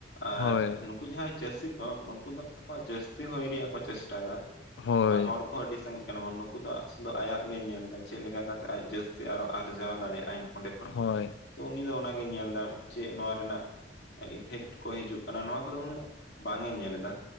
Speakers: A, on the left; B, on the left.
A: ᱟᱨ
B: ᱦᱳᱭ
A: ᱩᱱᱠᱩ ᱡᱟᱦᱟᱸᱭ ᱪᱟᱹᱥᱤ ᱠᱚ ᱱᱩᱠᱩ ᱫᱚ ᱟᱠᱣᱟᱜ ᱡᱟᱹᱥᱛᱤ ᱦᱳᱭ ᱨᱮᱭᱟᱜ ᱠᱚ ᱪᱮᱥᱴᱟᱭ ᱫᱟ,
B: ᱦᱳᱭ
A: ᱟᱨ ᱦᱚᱲ ᱠᱚ ᱟᱹᱰᱤ ᱥᱟᱜᱮ ᱠᱟᱱᱟᱵᱚᱱ ᱱᱩᱠᱩ ᱫᱚ ᱥᱩᱫᱩ ᱟᱭᱟᱜ ᱧᱮᱞ ᱮᱫᱟ ᱪᱮᱫ ᱞᱮᱠᱟ ᱠᱟᱛᱮ ᱟᱡ ᱡᱟᱹᱥᱛᱤ ᱟᱨᱚ ᱟᱨᱡᱟᱣ ᱫᱟᱲᱮᱭᱟᱜ- ᱟᱭ ᱚᱸᱰᱮ ᱠᱷᱚᱱ
B: ᱦᱳᱭ
A: ᱛᱚ ᱩᱱᱤ ᱫᱚ ᱚᱱᱟᱜᱮᱭ ᱧᱮᱞ ᱮᱫᱟ ᱪᱮᱫ ᱱᱚᱣᱟ ᱨᱮᱱᱟᱜ ᱤᱯᱷᱮᱠᱴ ᱠᱚ ᱦᱤᱡᱩᱜ ᱠᱟᱱᱟ, ᱱᱚᱣᱟ ᱠᱚ-ᱫᱚ ᱩᱱᱟᱹᱜ ᱵᱟᱝ ᱮ ᱧᱮᱞ ᱮᱫᱟ